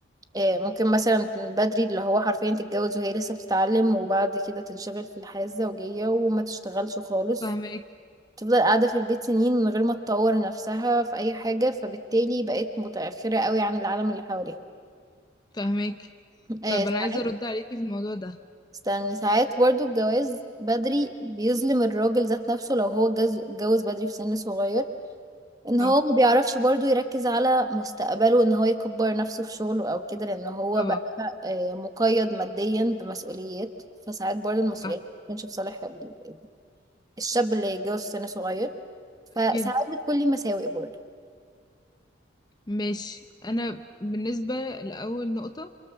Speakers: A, on the right; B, on the left.
A: آه، ممكن مثلا بدري اللي هو حرفيا تتجوز وهي لسه بتتعلم وبعد كده تنشغل في الحياة الزوجية وما تشتغلش خالص
B: فاهمك
A: تفضل قاعدة في البيت سنين من غير ما تطور نفسها في أي حاجة فبالتالي بقت متأخرة قوي عن العالم اللي حواليها
B: فاهمك
A: <laughs> آه
B: طب
A: ساعات
B: انا عايزه ارد عليكي في الموضوع ده
A: استني ساعات برضو الجواز بدري بيظلم الراجل ذات نفسه لو هو جز- اتجوز بدري في سن صغير ان هو
B: صح
A: ما بيعرفش برضو يركز على مستقبله ان هو يكبر نفسه في شغله او كده لان هو
B: طبعا
A: بقى آه، مقيد ماديا بمسؤوليات فساعات برضو المسؤوليات
B: صح
A: ما بتكونش في صالح ال- الشاب اللي يتجوز في سن صغير فساعات
B: اكيد
A: بتكون لي مساوئ برضو
B: ماشي انا بالنسبه لاول نقطه